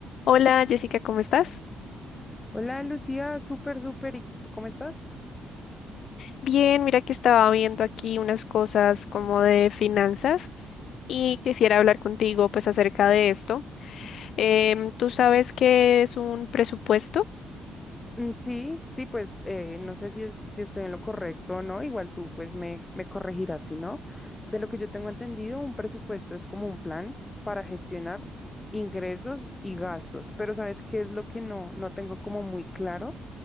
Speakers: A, on the left; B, on the left.
A: Hola Jessica, ¿cómo estás?
B: Hola Lucía, súper, súper. ¿Y tú cómo estás?
A: Bien, mira que estaba viendo aquí unas cosas como de finanzas y quisiera hablar contigo pues acerca de esto. Em, ¿tú sabes qué es un presupuesto?
B: Mm, Sí, sí, pues eh, no sé si, es- si estoy en lo correcto o no. Igual tú pues me, me corregirás, si no. De lo que yo tengo entendido, un presupuesto es como un plan para gestionar ingresos y gastos. Pero ¿sabes qué es lo que no, no tengo como muy claro?